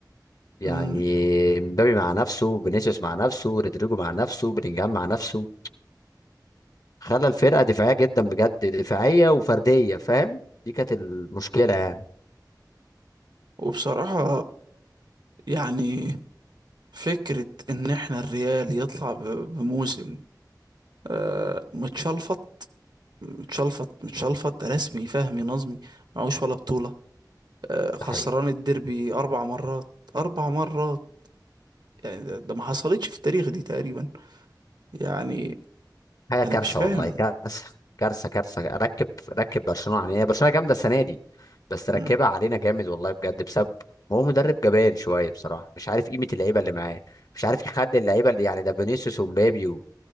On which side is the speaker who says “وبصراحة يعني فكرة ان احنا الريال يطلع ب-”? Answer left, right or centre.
Right